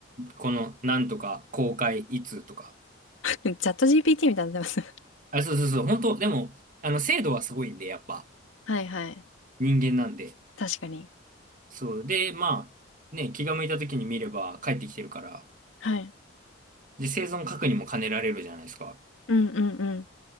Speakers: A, on the right; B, on the left.
A: このなんとか公開いつとか。
B: <laughs> チャット GPT みたいになってます。<laughs>
A: あ、そうそうそう、本当でも、あの、精度はすごいんで、やっぱ、
B: はいはい。
A: 人間なんで。
B: 確かに。
A: そう。で、まあ、ね、気が向いた時に見れば帰ってきてるから、
B: はい。
A: で、生存確認も兼ねられるじゃないですか。
B: うんうんうん。